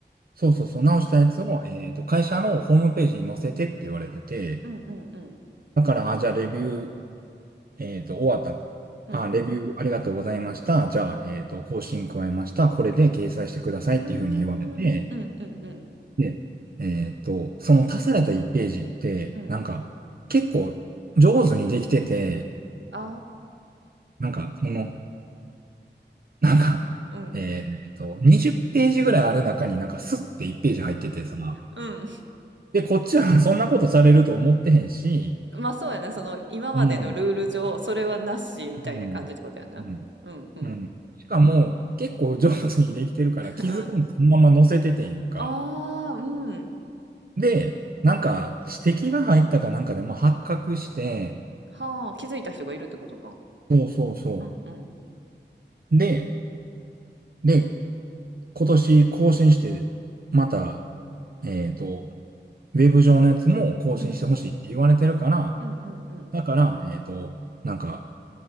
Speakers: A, on the right; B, on the right.
A: そうそうそう。直したやつを、えっと、会社のホームページに載せてって言われてて、
B: うんうんうん
A: だから、あ、じゃあレビュー、えっと、終わった。
B: うん
A: あ、レビューありがとうございました。じゃあ、
B: うんうん。
A: えっと、更新加えました。これで掲載してくださいっていうふうに言われて、
B: うんうんうーん、うんうんうん
A: で、えっと、その足された1ページって、
B: うん。
A: なんか、結構上手にできてて、
B: あ
A: なんか、その、
B: あ。
A: <laughs> なんか、
B: うん。
A: えーっと、20ページぐらいある中になんかスッて1ページ入っててさ、
B: うん。
A: で、こっちは <laughs> そんなことされると思ってへんし、
B: まあそうやな、その今までのルール上、
A: も
B: それはなしみたいな感じってことやな。
A: う、うん、うん、
B: うんうん。
A: うん。しかも、結構上手にできてるから気づくんそのまま載せててんか。
B: うん。ああ、うん。
A: で、なんか指摘が入ったかなんかで、まあ、発覚して、
B: はあ、気づいた人がいるってことか。
A: そうそうそ
B: うんうん。
A: う。で、で、今年更新して、また、えーっと、ウェブ上のやつも更新してほしいって言われてるから、
B: うん。うんうんうん。
A: だから、えっと、なんか、